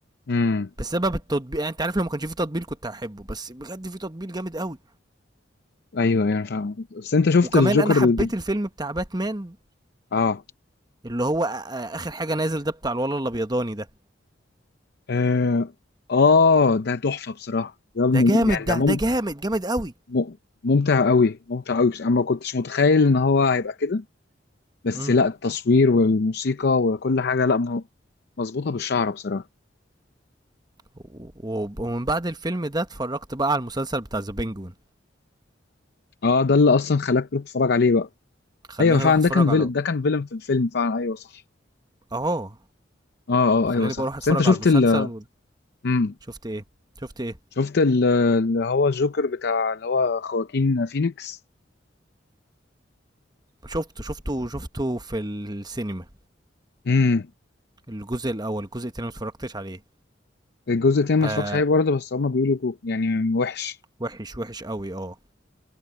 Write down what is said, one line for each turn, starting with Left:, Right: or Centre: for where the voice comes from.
Left: امم
Right: بسبب التطبيق يعني انت عارف لو ما كانش في تطبيق كنت هحبه بس بجد في تطبيق جامد قوي
Left: ايوه ايوه انا فاهم بس انت شفت
Right: وكمان
Left: الجوكر
Right: انا حبيت
Left: الجديد
Right: الفيلم بتاع باتمان
Left: اه
Right: اللي هو آ- آ- اخر حاجه نازل ده بتاع الولد الابيضاني ده
Left: اه آه، ده تحفة بصراحة ده مم...
Right: ده جامد
Left: يعني ده
Right: ده
Left: مم...
Right: ده جامد جامد قوي
Left: مم- ممتع قوي ممتع قوي بس انا ما كنتش متخيل ان هو هيبقى كده بس
Right: امم
Left: لا التصوير والموسيقى وكل حاجة لا م- مظبوطة بالشعر بصراحة
Right: و- و- ومن بعد الفيلم ده اتفرجت بقى على المسلسل بتاع ذا بينجوين
Left: اه ده اللي اصلا خلاك تروح تتفرج عليه بقى
Right: خلاني
Left: ايوه فعلا
Right: اروح اتفرج
Left: ده كان فيلم
Right: على
Left: ده كان فيلم في الفيلم فعلا ايوه صح
Right: اهو
Left: اه
Right: خلاني
Left: اه ايوه صح
Right: بقى اروح اتفرج
Left: بس انت شفت
Right: على المسلسل
Left: ال
Right: و...
Left: امم
Right: شفت ايه شفت ايه
Left: شفت ال- اللي هو الجوكر بتاع اللي هو خواكين فينيكس
Right: شفته شفته شفته في السينما
Left: امم
Right: الجزء الاول الجزء التاني ما اتفرجتش عليه
Left: الجزء التاني ما
Right: آه
Left: اتفرجش عليه برضه بس هما بيقولوا جو- يعني وحش
Right: وحش وحش قوي اه